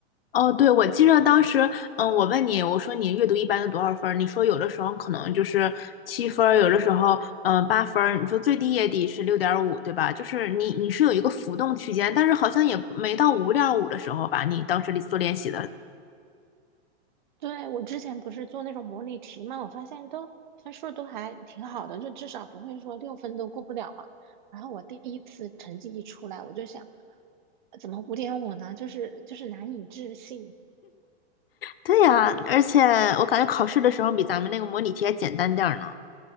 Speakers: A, on the left; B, on the right.
A: 哦，对，我记得当时，嗯，我问你，我说你阅读一般都多少分儿？你说有的时候可能就是七分儿，有的时候嗯八分儿。你说最低也得是六点五，对吧？就是你你是有一个浮动区间，但是好像也没到五点五的时候吧？你当时做练习的，
B: 对，我之前不是做那种模拟题嘛，我发现都分数都还挺好的，就至少不会说六分都过不了嘛。然后我第一次成绩一出来，我就想，呃怎么五点五呢？就是就是难以置信。
A: 对呀，而且我感觉考试的时候比咱们那个模拟题还简单点儿呢。